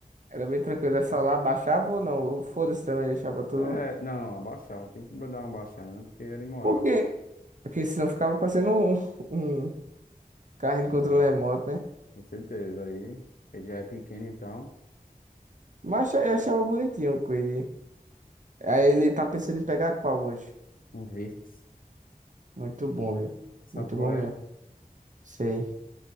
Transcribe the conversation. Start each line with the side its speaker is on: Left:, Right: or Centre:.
Right: Era bem tranquilo, era só lá, baixava ou não. Foda-se também, deixava tudo.
Left: É, não, abaixava, tem que dar uma baixada, né? Porque era imoral.
Right: Porque, porque senão ficava parecendo um, <laughs> Carrinho de
Left: É,
Right: controle remoto, né?
Left: com certeza. Aí ele já é pequeno, então.
Right: Mas eu achava bonitinho o Quid. Aí ele tá pensando em pegar qual hoje?
Left: Um Virtus.
Right: Muito bom, viu?
Left: Sabe
Right: Muito
Left: qual
Right: bom mesmo.
Left: é?
Right: Sei.